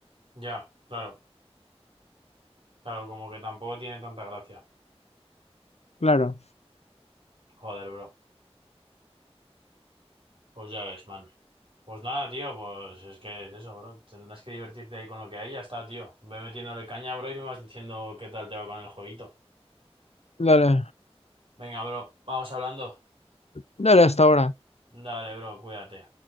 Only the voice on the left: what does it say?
Claro.
Dale,
dale hasta ahora.